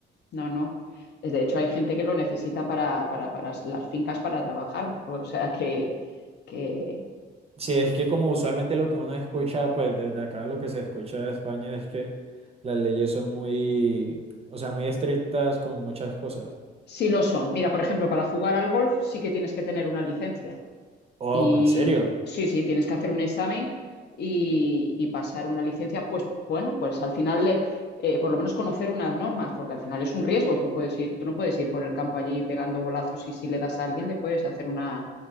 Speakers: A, on the left; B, on the right.
A: no, no. Es De hecho, hay gente que lo necesita para, para- para s- las fincas para trabajar. O sea que, que
B: Sí, es que como usualmente lo que uno escucha, pues desde acá lo que se escucha de España es que las leyes son muy, o sea, muy estrictas con muchas cosas.
A: sí lo son. Mira, por ejemplo, para jugar al golf sí que tienes que tener una licencia.
B: Oh,
A: Y
B: ¿en serio?
A: sí, sí, tienes que hacer un examen y, y pasar una licencia, pues bueno, pues al final, eh, eh, por lo menos conocer unas normas, porque al final es un riesgo. Tú puedes ir, tú no puedes ir por el campo allí pegando bolazos y si le das a alguien le puedes hacer una,